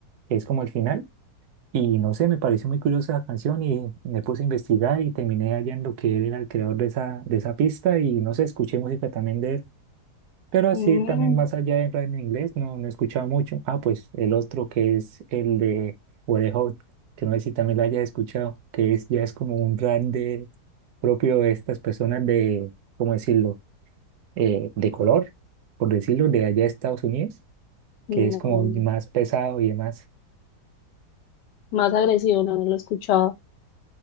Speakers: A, on the right; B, on the left.
A: que es como al final. Y no sé, me pareció muy curiosa la canción y me puse a investigar y terminé hallando que él era el creador de esa, de esa pista y no sé, escuché música también de él, pero así
B: mm,
A: también más allá de rap en inglés no, no he escuchado mucho. Ah, pues el otro que es el de Wally Hot, que no sé si también la haya escuchado, que es, ya es como un rap de, propio de estas personas de, ¿cómo decirlo?, Eh, de color, por decirlo, de allá de Estados Unidos, que
B: no.
A: es como más pesado y demás.
B: Más agresivo, no, no lo he escuchado.